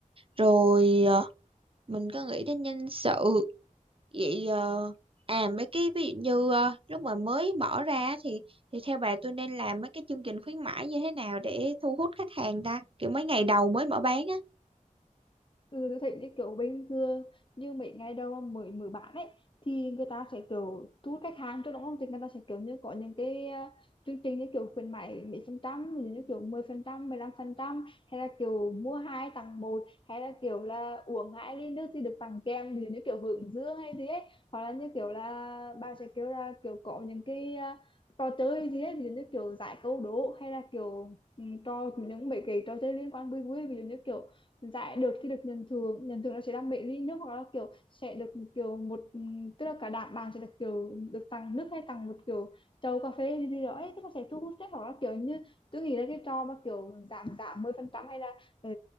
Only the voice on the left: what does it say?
Ừ, tôi thấy như kiểu bình thường như mấy ngày đầu mà mới mở bán ấy thì người ta sẽ kiểu thu hút khách hàng trước đúng không thì người ta sẽ kiểu như có những cái ờ, chương trình như kiểu khuyến mãi mấy phần trăm ví dụ như kiểu 10 phần trăm 15 phần trăm hay là kiểu mua hai tặng một hay là kiểu là uống hai ly nước thì được tặng kem ví dụ như kiểu hướng dương hay gì ấy hoặc là như kiểu là bà sẽ kiểu là kiểu có những cái ờ, trò chơi gì ấy ví dụ như kiểu giải câu đố hay là kiểu ừ, trò những mấy cái trò chơi liên quan vui vui ví dụ như kiểu giải được thì được nhận thưởng nhận thưởng là sẽ làm mấy ly nước hoặc là kiểu sẽ được kiểu một ừm, tức là cả đám bạn sẽ được kiểu được tặng nước hay tặng một kiểu chầu cà phê gì gì đó ấy, tức là sẽ thu hút đấy hoặc là kiểu như tôi nghĩ là cái trò mà kiểu giảm giảm mười phần trăm hay là ừ,